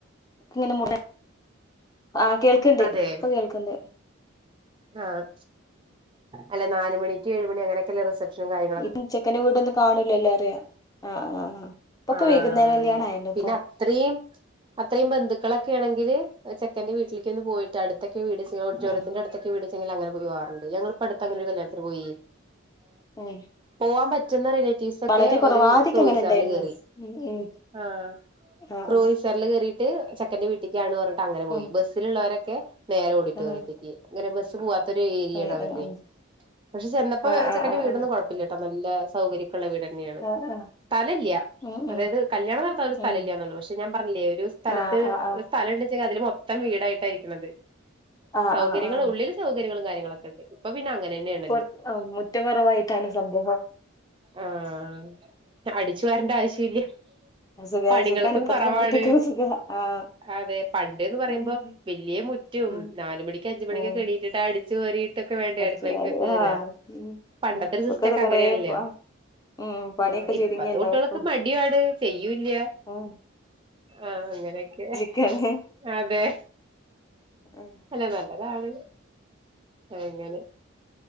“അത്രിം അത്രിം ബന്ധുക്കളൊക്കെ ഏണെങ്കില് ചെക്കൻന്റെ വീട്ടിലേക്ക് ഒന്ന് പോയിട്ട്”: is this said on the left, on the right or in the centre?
Right